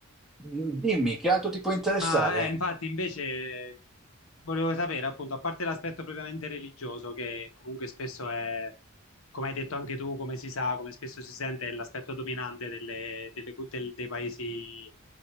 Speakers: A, in the centre; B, on the left.
A: Dimmi, che altro ti può interessare?
B: Ma eh, infatti, invece, volevo sapere, appunto, a parte l'aspetto propriamente religioso, che comunque spesso è, come hai detto anche tu, come si sa, come spesso si sente, è l'aspetto dominante delle- delle- del- dei paesi